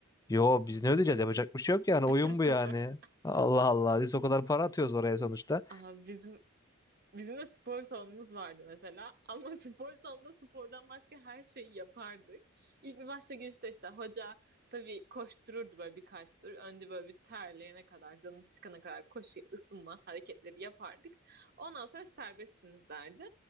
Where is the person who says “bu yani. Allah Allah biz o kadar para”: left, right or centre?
Left